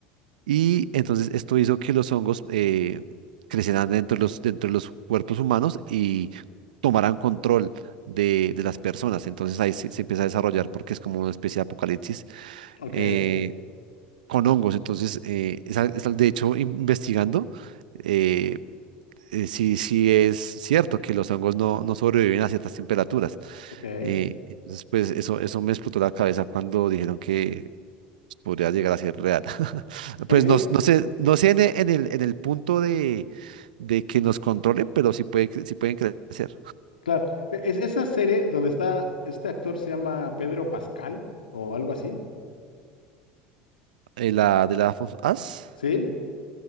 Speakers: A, on the right; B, on the left.
A: Y entonces esto hizo que los hongos eh, crecieran dentro de los, dentro de los cuerpos humanos y tomaran control de, de las personas. Entonces ahí se, se empieza a desarrollar porque es como una especie de apocalipsis
B: Ok,
A: eh, con hongos. Entonces, eh, esa- esa- de hecho, investigando, eh, eh, sí, sí es cierto que los hongos no, no sobreviven a ciertas temperaturas.
B: ok.
A: Eh, entonces, pues eso, eso me explotó la cabeza cuando dijeron que podría llegar a ser real. <laughs>
B: Ok,
A: Pues
B: eh,
A: no, no sé, no sé en, e- en el, en el punto de, de que nos controle, pero sí, puede, cre- sí pueden crecer.
B: claro. E- Es esa serie donde está este actor se llama Pedro Pascal o algo así.
A: Eh, la de la of Us,
B: Sí,